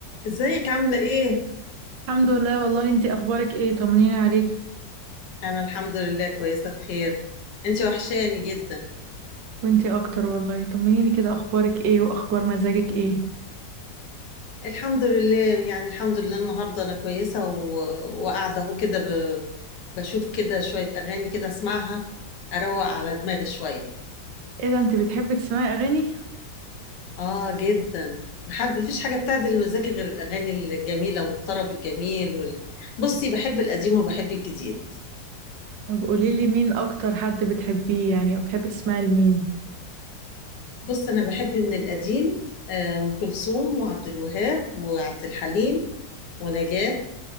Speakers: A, on the left; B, on the right.
A: ازيك عاملة ايه؟
B: الحمد لله والله انتي اخبارك ايه طمنيني عليك
A: انا الحمد لله كويسة بخير انتي وحشاني جدا
B: وانتي اكتر والله طمنيني كده اخبارك ايه واخبار مزاجك ايه
A: الحمد لله يعني الحمد لله النهاردة انا كويسة و... وقاعدة اهو كده ب... بشوف كده شوية اغاني كده اسمعها اروق على دماغي شوية
B: ايه ده انتي بتحبي تسمعي اغاني
A: اه جدا حد مفيش حاجة بتعدل مزاجي غير الاغاني الجميلة والطرب الجميل وال... بصي بحب القديم وبحب الجديد
B: طب قوليلي مين اكتر حد بتحبيه يعني او بتحبي تسمعي لمين
A: بص انا بحب من القديم آه، ام كلثوم وعبد الوهاب وعبد الحليم ونجاة